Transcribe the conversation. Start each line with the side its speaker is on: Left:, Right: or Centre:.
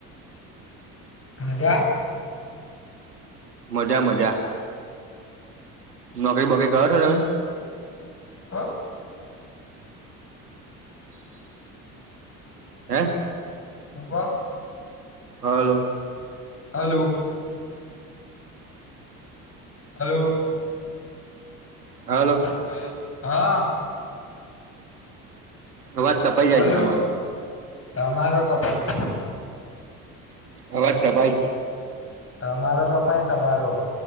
Left: હજા
Right: મજા મજા નોકરી બોકરી કરો છો તમે
Left: હો
Right: હે
Left: શભ
Right: hello
Left: hello hello
Right: hello
Left: hello હા
Right: અવાજ કપાઈ જાય
Left: હલો
Right: છે તમારો
Left: તમારો કપાઈ
Right: અવાજ કપાઈ છે
Left: તમારો ક તમારો